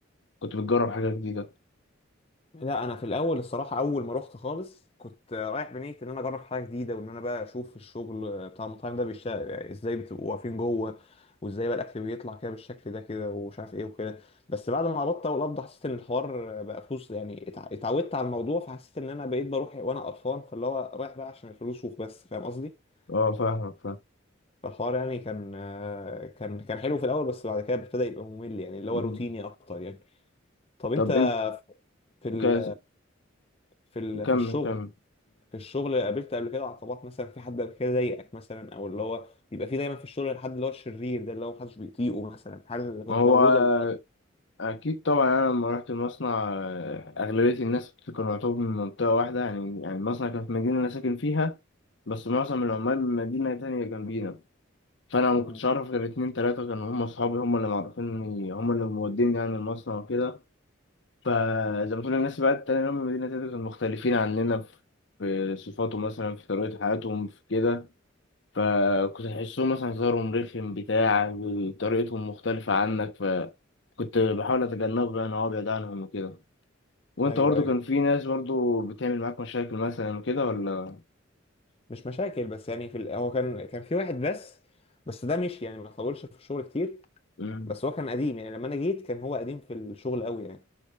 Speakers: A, on the left; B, on the left.
A: كنت بتجرب حاجه جديده
B: لا انا في الاول الصراحه اول ما رحت خالص كنت رايح بنيه ان انا اجرب حاجه جديده وان انا بقى اشوف الشغل بتاع المطاعم ده بيشتغل يعني ازاي بتبقوا واقفين جوه وازاي بقى الاكل بيطلع كده بالشكل ده كده ومش عارف ايه وكده بس بعد ما قبضت اول قبضه حسيت ان الحوار بقى فلوس يعني اتع- اتعودت على الموضوع فحسيت ان انا بقيت بروح وانا قرفان فاللي هو رايح بقى عشان الفلوس وبس فاهم قصدي
A: اه فاهمك فاهم
B: فالحوار يعني كان كان كان حلو في الاول بس بعد كده ابتدى يبقى ممل يعني اللي
A: مم.
B: هو روتيني اكتر يعني طب انت
A: طب انت
B: في ال
A: كاز-
B: في ال
A: كمل
B: في الشغل
A: كمل
B: في الشغل قابلت قبل كده عقبات مثلا في حد قبل كده ضايقك مثلا او اللي هو بيبقى في دايما في الشغل الحد اللي هو الشرير ده اللي هو محدش بيطيقه مثلا هل كنت
A: هو
B: موجوده
A: أكيد طبعا يعني أنا لما رحت المصنع آه، أغلبية الناس كانوا يعتبروا من منطقة واحدة يعني يعني المصنع كان في مدينة أنا ساكن فيها بس معظم العمال من مدينة تانية جنبينا فأنا ما
B: مم.
A: كنتش أعرف غير اتنين تلاتة كانوا هم أصحابي هم اللي معرفيني هم اللي موديني يعني المصنع وكده فزي ما تقول الناس بقى التانية اللي هم من مدينة تانية كانوا مختلفين عننا في في صفاتهم مثلا في طريقة حياتهم في كده فكنت تحسهم مثلا هزارهم رخم بتاع طريقتهم مختلفة عنك فكنت بحاول أتجنبه يعني أو أبعد عنهم وكده وأنت
B: ايوه
A: برضو
B: ايوه
A: كان في ناس برضو بتعمل معاك مشاكل مثلا وكده ولا؟
B: مش مشاكل بس يعني في ال... هو كان كان في واحد بس بس ده مشي يعني ما طولش في الشغل كتير
A: مم.
B: بس هو كان قديم يعني لما انا جيت كان هو قديم في الشغل قوي يعني